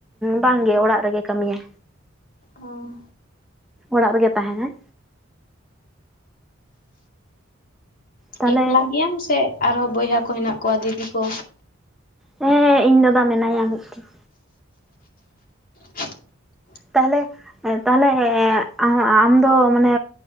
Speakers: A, in the centre; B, on the left.
A: ᱵᱟᱝᱜᱮ ᱚᱲᱟᱜ ᱨᱮᱜᱮ ᱠᱟᱹᱢᱤᱭᱟ᱾
B: ᱚ᱾
A: ᱚᱲᱟᱜ ᱨᱮᱜᱮ ᱛᱟᱦᱮᱱᱟᱭ᱾ ᱛᱟᱦᱚᱞᱮ
B: ᱮᱠᱞᱟ ᱜᱮᱭᱟᱢ ᱥᱮ ᱟᱨᱦᱚᱸ ᱵᱚᱭᱦᱟ ᱠᱚ ᱦᱮᱱᱟᱜ ᱠᱚᱣᱟ ᱫᱤᱫᱤ ᱠᱚ?
A: ᱦᱮᱸ ᱤᱧ ᱫᱟᱫᱟ ᱢᱮᱱᱟᱭᱟ ᱢᱤᱫᱴᱤᱡ᱾
B: <inaudible>
A: ᱛᱟᱦᱚᱞᱮ ᱛᱟᱦᱞᱮ ᱦᱮᱸ ᱟᱢ ᱫᱚ ᱢᱟᱱᱮ